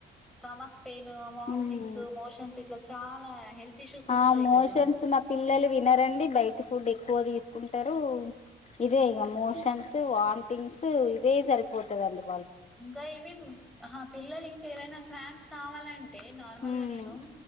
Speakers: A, in the centre; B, on the left.
A: స్టమక్ పెయిన్ వామ్టింగ్స్
B: ఉమ్
A: మోషన్స్ ఇట్లా చాలా హెల్త్ ఇష్యూస్ వస్తాయి
B: ఆ మోషన్స్
A: కదా
B: మా పిల్లలు వినరండి బయట ఫుడ్ ఎక్కువ తీస్ కుంటరు ఇదే ఇగ మోషన్స్ వామ్టింగ్స్ ఇదే సరిపోతాదండి
A: ఇంకా ఏమేం ఆహా పిల్లలు ఇంకా ఏదైన స్నాక్స్ కావాలంటే నార్మల్గా
B: ఉమ్
A: నేను